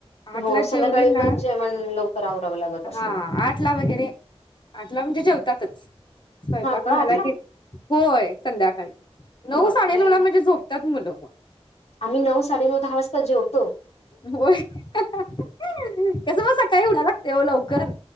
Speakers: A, on the left (about 45°); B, on the left (about 85°).
A: आठ
B: हो
A: ला
B: संध्याकाळी,
A: जेवली ना
B: पण जेवण लवकर आवरावं लागत असेन.
A: हा आठ ला वगैरे आठला म्हणजे जेवतातच. स्वयंपाक
B: हा का
A: झाला
B: आठला
A: कि होयं! संध्याकाळी नऊ
B: बापरे
A: साडेनऊ, ला म्हणजे झोपतात मुलं.
B: आम्ही नऊ, साडेनऊ, दहा वाजता जेवतो.
A: व्हय कसं पण सकाळी उठाय लागतयओ लवकर